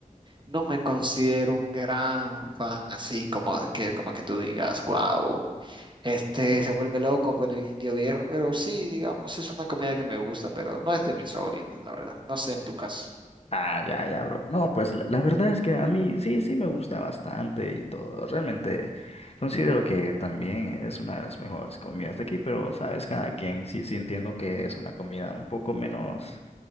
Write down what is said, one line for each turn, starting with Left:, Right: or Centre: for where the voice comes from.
Right: no me considero un gran fan así como que, como que tú digas, wow. Este se vuelve loco por el indio viejo, pero sí, digamos, es una comida que me gusta, pero no es de mis favoritas, la verdad. No sé en tu caso.
Left: Ah, ya, ya, bro. No, pues la, la verdad es que a mí sí, sí me gusta bastante y todo. Realmente considero que también es una de las mejores comidas de aquí, pero sabes, cada quien sí, sí entiendo que es una comida un poco menos